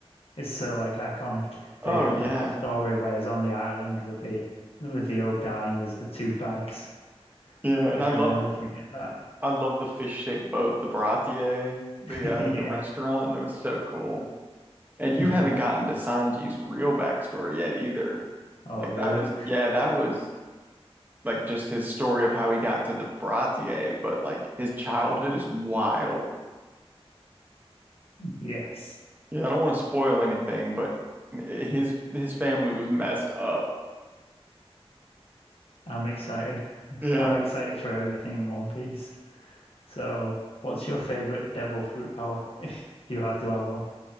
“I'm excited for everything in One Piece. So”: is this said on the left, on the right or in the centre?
Left